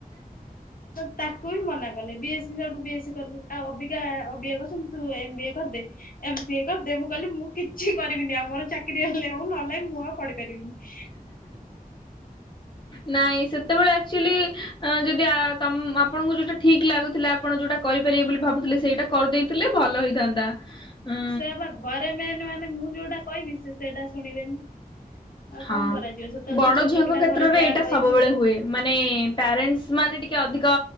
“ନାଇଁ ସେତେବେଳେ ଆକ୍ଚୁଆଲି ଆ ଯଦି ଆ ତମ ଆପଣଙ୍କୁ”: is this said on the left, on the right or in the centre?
Left